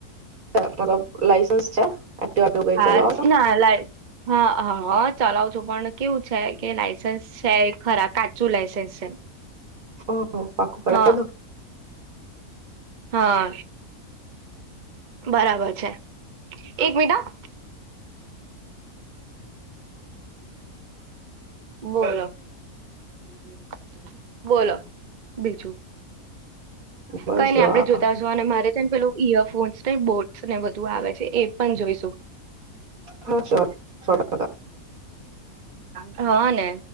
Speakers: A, on the right; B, on the right.
A: મતલબ લાયસન્સ છે એક્ટિવા કે એવું કઈ
B: હા
A: ચલાવો છો
B: ના લ હા હા ચલાવ છો પણ કેવું છે કે લાયસન્સ છે ખરા કાચું લાયસન્સ છે
A: હમ્મ ઓ પાકુ કરાયડો
B: હા હા બરાબર છે એક મિનિટ હ બોલો <inaudible> બોલો બીજું
A: બસ
B: કઈ નઈ
A: જો
B: આપડે
A: આ
B: જોતા હશુ અને મારે છે ને પેલું ઈયરફોન્સ ને બોટસ ને બધું આવે છે એ પણ જોઈશું
A: હા સ્યોર સોં ટકા
B: હા, ને.